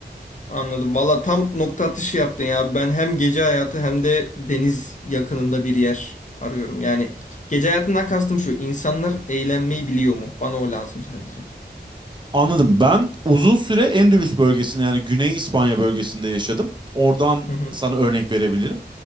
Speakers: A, on the left (about 45°); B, on the right (about 25°).
A: Anladım. Valla tam nokta atışı yaptın ya. Ben hem gece hayatı hem de deniz yakınında bir yer arıyorum. Yani gece hayatından kastım şu. İnsanlar eğlenmeyi biliyor mu? Bana o lazım sadece.
B: Anladım. Ben uzun süre Endülüs bölgesinde yani Güney İspanya bölgesinde yaşadım. Oradan
A: Hı hı.
B: sana örnek verebilirim.